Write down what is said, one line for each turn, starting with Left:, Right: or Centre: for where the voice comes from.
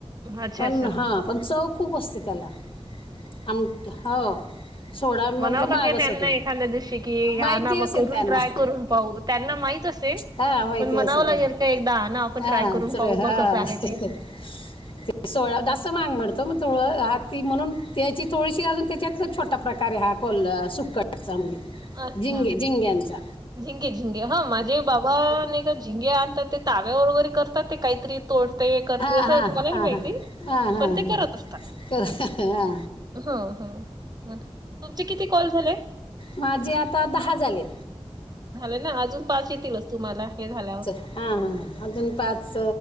Right: अच्छा!
Left: पण
Right: अच्छा.
Left: हां, पण चव खूप असते त्याला, आम हो सोडा म्हणजे
Right: म्हणाव लागेन
Left: माग असतो
Right: यांना एखाद्या दिवशी कि,
Left: माहिती
Right: आण ना
Left: असेल
Right: ब करून,
Left: त्यांना
Right: ट्राय करून पाहू, त्यांना माहित असेल,
Left: हां माहिती
Right: पण म्हनावं
Left: असेल त्यांना
Right: लागेल ते एकदा आणा, आपण ट्राय
Left: हां
Right: करून
Left: चुर
Right: पाहू, ब कसं आहे
Left: <unintelligible>
Right: ते.
Left: ते सोळा जास्त मांग मिळतो, मग तोळ हा, ती म्हणून त्याची थोडीशी अजून त्याच्यात छोटा प्रकारे हा कोल सुकट <unintelligible>
Right: अच्छा
Left: झिंगे झिंग्यांचा
Right: झिंगे झिंगे हा, माझे बाबा नाही का झिंगे आणतात, ते ताव्यावर वगैरे करतात, ते काहीतरी तोडते, करते
Left: हा
Right: असं
Left: हा हा
Right: मला नाही माहिती,
Left: हा हा हा
Right: पण
Left: हा
Right: ते करत असतात.
Left: कर हा
Right: हम, हम, मग तुमचे किती कॉल झाले?
Left: माझे आता दहा झाले.
Right: झालं ना, अजून पाच येतीलच तुम्हांला, हे झाल्यावर
Left: हा हा, अजून पाच,